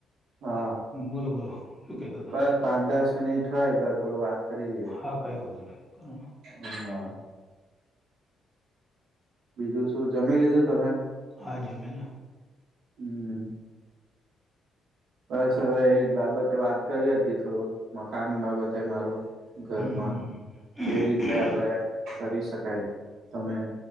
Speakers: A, on the right; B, in the centre.
A: હા
B: બોલો બોલો શું કહેતા હતા
A: બસ પાંચ દસ મિનિટ હોય તો થોડું વાત કરી લીએ.
B: હા કઈ વાંધો નહીં કરો ને
A: હા બીજું શું જમી લીધું તમે?
B: હા જમ્યાને.
A: હમ હમ બસ હવે એજ બાબતે વાત કરવી હતી થોડું મકાન બાબતે મારું ઘરમાં
B: હમ હમ હમ
A: કેવી રીતે આપડે કરી શકાય. તમે